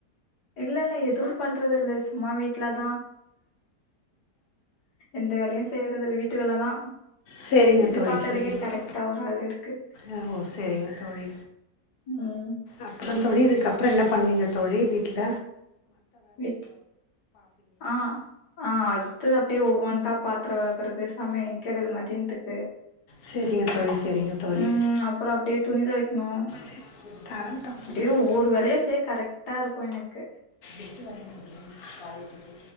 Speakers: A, on the left; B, on the left.
A: இல்ல இல்ல எதும் பண்றதில்ல சும்மா வீட்டுலதா எந்த வேலயு செய்யறதில்ல வீட்டு வேலதா
B: செரிங்க
A: இது
B: தோழி
A: பாக்கறதுக்கே
B: செரிங்க
A: கரெக்டா
B: தோ
A: ஒரு ஆள் இருக்கு
B: அஹ் ஓ செரிங்க தோழி
A: ம்
B: அப்ரொ தோழி இதுக்கப் அப்புறம் என்ன பண்ணுவீங்க தோழி வீட்ல
A: வீட் ஆஹ் ஆஹ் அடுத்து அப்டே ஒவ்வொன்தா பாத்ரொ வெளக்கறது சமை க்கிறது மதியதுக்கு
B: சரிங்க தோழி சரிங்க தோழி
A: உம் அப்ரொ அப்டே துணி தோய்க்கணும்
B: சரி கரண்ட் ஆஃப்
A: அப்டியே
B: பண்ணாலே
A: ஒவ்வொரு வேலையா செய்ய கரெக்ட்டா இருக்கும் எனக்கு
B: எச்ச வரங்க காலேஜுக்கு